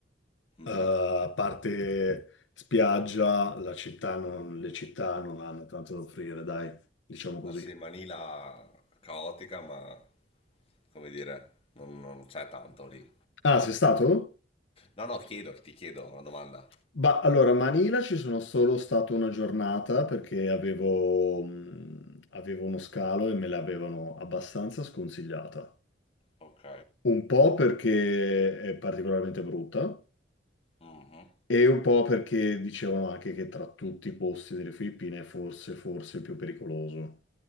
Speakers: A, on the left; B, on the left.
A: Mhm.
B: eh, a parte spiaggia, la città non- le città non hanno tanto da offrire, dai, diciamo così.
A: Ah sì, Manila caotica, ma come dire, non, non c'è tanto lì.
B: Ah, sei stato?
A: No, no, chiedo, ti chiedo una domanda.
B: Bah, allora, a Manila ci sono solo stato una giornata perché avevo, mh, avevo uno scalo e me l'avevano abbastanza sconsigliata.
A: Ok.
B: Un po' perché è particolarmente brutta
A: Mhm.
B: e un po' perché dicevano anche che tra tutti i posti delle Filippine è forse, forse il più pericoloso.